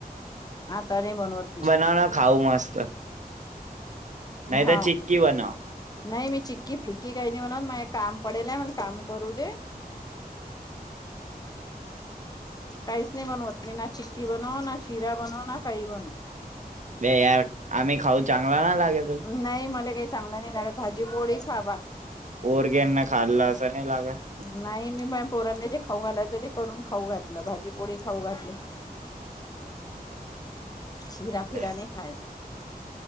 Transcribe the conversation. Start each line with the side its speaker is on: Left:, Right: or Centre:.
Left: आता नाही बनवत मी.
Right: हा ना खाऊ मस्त. नाही
Left: हा
Right: तर चिक्की बनव.
Left: नाही मी चिक्की फिक्की काही नाही बनवत. मा काम पडेल आहे. मले काम करू दे. काहीच नाही बनवत मी ना चिक्की बनव ना शिरा बनव ना काही बनव
Right: बे यार आम्ही खाऊ चांगला ना लागेत
Left: नाही मला काय चांगला नाही लागत भाजी-पोळी सार-भात
Right: पोरग्यांना खाल्लं असं नाही लागत
Left: नाही मी माया पोरांने जे खाऊ घालायचं ते करून खाऊ घातलं भाजी-पोळी खाऊ घातले शिरा
Right: बे,
Left: फिरा नाही खायच